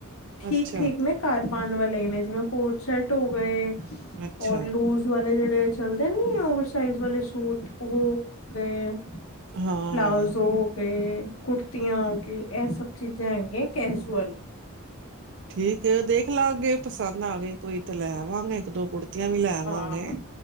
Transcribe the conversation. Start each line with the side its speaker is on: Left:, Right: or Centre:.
Left: ਠੀਕ
Right: ਅੱਛਾ
Left: ਠੀਕ ਮੈਂ ਕਰ ਪਾਨ ਵਾਲੇ ਨੇ ਜਿਵੇਂ ਕੋਟ ਸ਼ਰਟ ਹੋ ਗਏ
Right: ਅੱਛਾ
Left: ਔਰ ਲੂਜ ਵਾਲੇ ਜਿਹੜੇ ਚਲਦੇ ਨੀ ਓਵਰਸਾਈਜ਼ ਵਾਲੇ ਸੂਟ ਉਹ ਹੋ ਗਏ ਆ
Right: ਹਾਂ
Left: ਪਲਾਊਜ਼ੋ ਹੋ ਗਏ ਕੁਟੀਆ ਹੋ ਕੇ ਇਹ ਸਭ ਚੀਜ਼ਾਂ ਉਜਲ
Right: ਠੀਕ ਦੇਖ ਲਾਂਗੇ ਪਸੰਦ ਆ ਗਏ ਕੋਈ ਤ ਲੈ ਵਾਂਗ ਇੱਕ ਦੋ ਕੁੜਤ ਕਿਵੇਂ ਲੈਵਾਂਗੇ
Left: ਹਾਂ